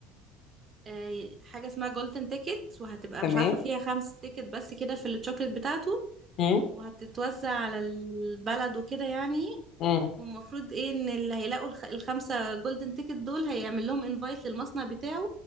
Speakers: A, on the right; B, on the left.
A: آه، حاجة اسمها جولدن تيكت وهتبقى
B: تمام
A: مش عارفة فيها خمس تيكت بس كده في الشوكليت بتاعته
B: امم
A: وهتتوزع على البلد وكده يعني
B: امم
A: والمفروض ايه ان اللي هيلاقوا الخ- الخمسة جولدن تيكت دول هيعمل لهم انفايت للمصنع بتاعه